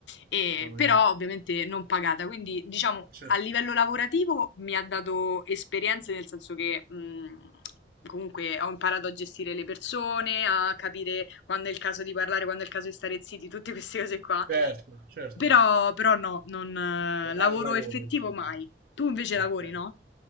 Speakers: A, on the left; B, on the right.
A: e-
B: Mamma
A: però ovviamente non pagata. Quindi diciamo
B: mia.
A: a livello lavorativo mi ha dato esperienze nel senso che mh, comunque ho imparato a gestire le persone, a capire quando è il caso di parlare, quando è il caso di stare zitti, tutte queste cose qua.
B: Certo, certo.
A: Però, però no, non eh,
B: Non
A: lavoro
B: è un lavoro
A: effettivo
B: insomma.
A: mai. Tu invece
B: Okay.
A: lavori, no?